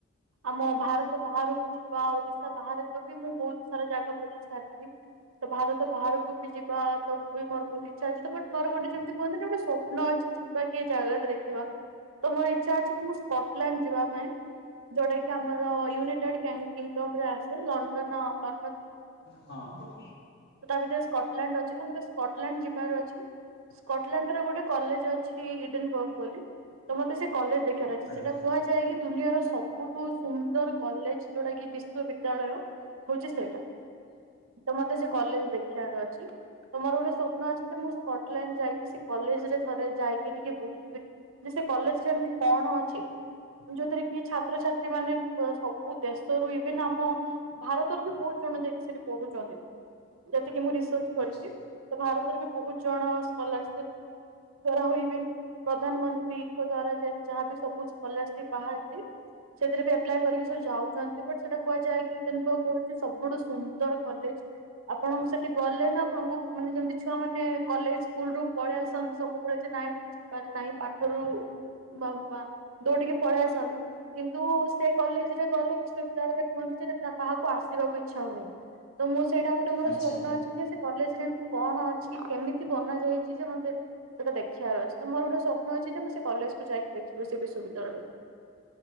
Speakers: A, on the right; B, on the left.
A: ଆମ ଭାରତ ବାହାରକୁ ଯିବା ଓଡିଶା ବାହାରେ ତ ବି ମୁଁ ବହୁତ ସାରା ଜାଗା ବୁଝି ସାରିଛି। ତ ଭାରତ ବାହାରକୁ ବି ଯିବା ତ ବି ମୋର ବହୁତ ଇଚ୍ଛା ଅଛି ତ ବ ମୋର ଗୋଟେ ଯେମିତି କୁହନ୍ତିନି ଗୋଟେ ସ୍ଵପ୍ନ ଅଛି ଯିବା କି ଜାଗା ଟା ଦେଖିବା ତ ମୋର ଇଚ୍ଛା ଅଛି ମୁଁ ସ୍କ ଇକ୍ଲଣ୍ଡ ଯିବା ପାଇଁ ଯଉଟାକି ଆମର ୟୁନାଇଟେଡ କିଙ୍ଗଡମ ରେ ଆସେ ଲଣ୍ଡନ ପା
B: ହଁ ହଁ।
A: ସ୍କଟଲଲାଣ୍ଡ ଅଛି ତ ମତେ ସ୍କଟଲଣ୍ଡ ଯିବାର ଅଛି। ସ୍କଟଲଣ୍ଡର ଗୋଟେ କଲେଜ ଅଛି ଇଡେନ ବର୍ଗ ବୋଲି ତ ମୋତେ ସେ କଲେଜ ଦେଖୀବାରଅଛି
B: ଆଚ୍ଛା
A: ସେଟା କୁହାଯାଏ କି ଦୁନିଆର ସବୁଠୁ ସୁନ୍ଦର କଲେଜ ଯୋଉଟା କି ବି ବିଶବିଦ୍ୟାଳୟ ହଉଚି ସେଇଟା। ତ ମତେ ସେ କଲେଜ ଦେଖିବାର ଅଛି। ତମୋର ଗୋଟେ ସ୍ୱପ୍ନ ଅଛି ଯେ ମୁଁ ସ୍କଟଲଣ୍ଡ ଯାଇକି କି ସେ କଲେଜ ରେ ଥରେ ଯାଇକି ଟିକେ ବୁଲିବେ ଯେ ସେ କଲେଜରେ ଏମିତି କଣ ଅଛି ଯୋଉଥିରେ କି ଛାତ୍ରଛାତ୍ରୀ ମାନେ ସବୁ ଦେଶରୁ ଇଭିନ ଆମ ଭାରତରୁ ବି ବହୁତ ଜଣ ଯାଇକି ସେଇଠି ପଢୁଛନ୍ତି ଯେତିକି ମୁଁ ରିସର୍ଚ୍ଚ
B: ଆଚ୍ଛା
A: କରିଛି ତ ଭାରତରେ ବି ବହୁତ ଜଣ ସ୍କୋଲାରଶିପ ଦ୍ଵାରା ହୋଉ ଏଭନ୍ ପ୍ରଧାନମନ୍ତ୍ରୀଙ୍କ ଦ୍ଵାରା ଯାହାବି ସୂପୋଜ କଲେଜ ଟି ବାହାରିଛି ସେଥିରେ ବି ଆପ୍ଲାଏ କରିକି ସବୁ ଯାଉଛନ୍ତି। ବଟ ସେଟା କୁହାଯାଏ କି ଇରେନବ ହଉଛି ସବୁଠୁ ସୁନ୍ଦର କଲେଜ ଆପଣଙ୍କ ସେଠି ଗଲେ ନା ଆପଣଙ୍କୁ ମାନେ ଯେମିତି ଛୁଆ ମାନେ କଲେଜ ସ୍କୁଲ ରୁ ପଳେଇ ଆସନ୍ତି ସବୁବେଳେ ଯେ ନାଇଁ ମତେ ଯିବାରେ ନାହିଁ ପାଠରୁ ବ ବା ଦୌଡ଼ିକି ପଳେଇ ଆସନ୍ତି କିନ୍ତୁ ସେ କଲେଜ ରେ ଗଲେ ବିଶ୍ୱବିଦ୍ୟାଳୟରେ ପୁହଞ୍ଚିଛି ଯେ ତା କାହାକୁ ଆସିବାକୁ ଇଚ୍ଛା ହୁଏନି ତ ମୁଁ ସେଇଟା ଗୋଟେ ମୋର
B: ଆଚ୍ଛା।
A: ସ୍ୱପ୍ନ ଅଛି ଯେ ସେ କଲେଜରେ ଏମତି କଣ ଅଛି କେମିତି ବନା ଯାଇଛି ଯେ ମତେ ସେଇଟା ଦେଖିବାର ଅଛି ଯେ ମୋର ଗୋଟେ ସ୍ୱପ୍ନ ଅଛି ଯେ ମୁଁ ସେ କଲେଜକୁ ଯାଇକି ଦେଖିବି ସେ ବିଶ୍ୱବିଦ୍ୟାଳୟରୁ